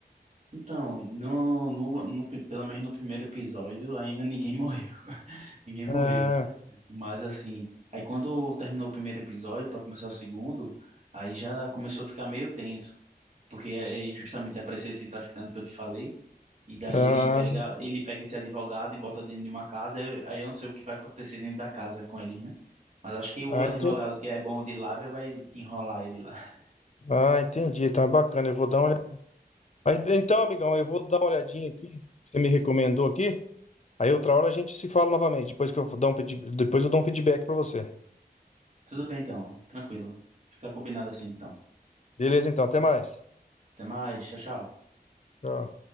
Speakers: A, on the right; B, on the left.
A: Então, no, no, no pri- pelo menos no primeiro episódio, ainda ninguém <laughs> morreu. Ninguém
B: Ah,
A: morreu. Mas assim, aí quando terminou o primeiro episódio para começar o segundo, aí já começou a ficar meio tenso. porque é é justamente aparecer esse traficante que eu te falei, e daí
B: ah,
A: ele pega, ele pega esse advogado e bota dentro de uma casa, eu- aí eu não sei o que vai acontecer dentro da casa com eles, né? Mas acho que o
B: ah,
A: advogado
B: enten-
A: que é bom de lábia vai enrolar ele lá. <laughs>
B: ah, entendi, Tá bacana, eu vou dar uma Mas, então, amigão, eu vou dar uma olhadinha aqui. que Você me recomendou aqui. Aí outra hora a gente se fala novamente. Depois que eu dar um, pedi- depois eu dou um feedback pra você.
A: Tudo bem então, tranquilo. Fica combinado assim então.
B: Beleza, então, até mais.
A: Até mais, tchau, tchau.
B: Tchau.